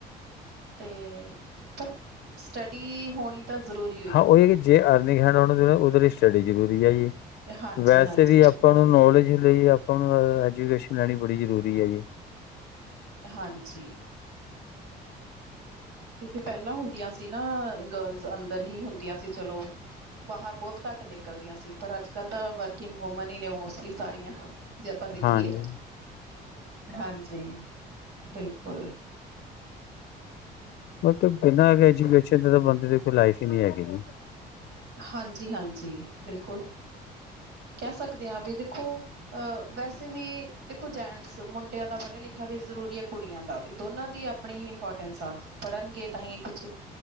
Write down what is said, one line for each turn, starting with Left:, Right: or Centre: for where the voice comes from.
Right: ਤੇ ਪਰ ਸਟੱਡੀ ਹੋਣੀ ਤਾਂ ਜ਼ਰੂਰੀ ਹੋਈ
Left: ਹਾਂ
Right: ਆ।
Left: ਹੀ ਹੈ ਕਿ ਜੇ ਅਰਨਿੰਗ ਹੈਡ ਉਦੇ ਲਏ ਸਟੱਡੀ ਜ਼ਰੂਰੀ ਹੈ ਜੀ
Right: ਹਾਂਜੀ
Left: ਵੈਸੇ
Right: ਹਾਂਜੀ
Left: ਵੀ
Right: ਬਿਲਕੁਲ।
Left: ਆਪਾਂ ਨੂੰ ਨੌਲੇਜ ਲਈ ਆਪਾਂ ਨੂੰ ਐਜੂਕੇਸ਼ਨ ਲੈਣੀ ਬੜੀ ਜ਼ਰੂਰੀ ਹੈ ਜੀ <unintelligible>
Right: ਹਾਂਜੀ ਕਿਉਂਕਿ ਪਹਿਲਾਂ ਹੁੰਦੀਆਂ ਸੀ ਨਾ ਗਰਲਸ ਅੰਦਰ ਹੀ ਹੁੰਦੀਆਂ ਸੀ ਚਲੋ ਬਾਹਰ ਬਹੁਤ ਘੱਟ ਨਿਕਲਦੀਆਂ ਸੀ ਪਰ ਅੱਜ ਕੱਲ ਤਾਂ ਵਰਕਿੰਗ ਵੂਮਨ ਹੀ ਨੇ ਮੋਸਟਲੀ ਸਾਰੀਆਂ ਜੇ ਆਪਾਂ ਦੇਖੀਏ
Left: ਹਾਂਜੀ,
Right: ਹਾਂਜੀ ਬਿਲਕੁਲ
Left: ਮਤਲਬ ਬਿਨਾਂ ਐਜੂਕੇਸ਼ਨ ਦੇ ਤਾਂ ਬੰਦੇ ਦੀ ਕੋਈ ਲਾਈਫ ਨੀ ਹੈਗੀ ਜੀ
Right: ਹਾਂਜੀ ਹਾਂਜੀ ਬਿਲਕੁਲ ਕਹਿ ਸਕਦੇ ਹਾਂ ਵੀ ਦੇਖੋ ਅਹ ਵੈਸੇ ਵੀ ਦੇਖੋ ਜੈਂਟਸ ਮੁੰਡਿਆਂ ਦਾ ਪੜ੍ਹਿਆ ਲਿਖਿਆ ਵੀ ਜ਼ਰੂਰੀ ਹੈ ਕੁੜੀਆਂ ਦਾ ਵੀ ਦੋਨਾਂ ਦੀ ਆਪਣੀ ਹੀ ਇੰਪੋਰਟੈਂਸ ਆ ਪੜ੍ਹਨਗੇ ਤਾਂ ਹੀ ਕੁਛ